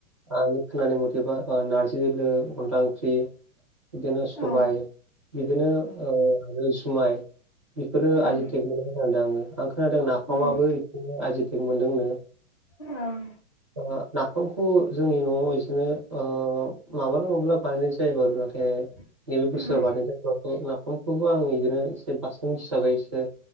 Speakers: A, on the right; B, on the left.
A: आंनि खोनानाय मथेबा नारजि दोलो अनला ओंख्रि बिदिनो सबाय
B: ओं ओं
A: बिदिनो ओ जुमाय बेफोरो
B: ओं
A: आइ जि टेक मोनदों खोनादों आङो आं खोनादों नाफामाबो
B: उम
A: बिदिनो आयजि टेग मोनदोंनो।
B: ओं
A: जोंहा नाफामखौ जोंनि न'आव बिदिनो ओ मालाबा मालाबा बानायनाय जायो आरो नों
B: <inaudible>
A: नैबे बोसोरा
B: उम
A: बानायनायजाथ'वाखै नाफामखौबो आं बिदिनो एसे बासोन हिसाबै एसे